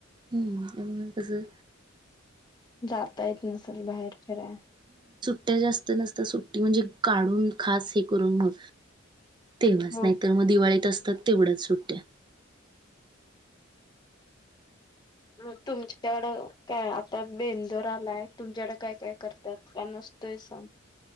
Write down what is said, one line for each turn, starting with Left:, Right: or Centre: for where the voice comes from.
Right: हम्म कसं
Left: जाता येत नसेल बाहेर फिराय
Right: ट्ट्या जास्त नसता सुट्टी म्हणजे काढून खास हे करून मग, तेव्हाच,
Left: हो
Right: नाहीतर मग दिवाळीत असतात तेवढ्याच सुट्ट्या.
Left: म तुमच्याकडं, काय आता बेंदूर आलाय तुमच्याकडं काय काय करतात? का नसत तोय सम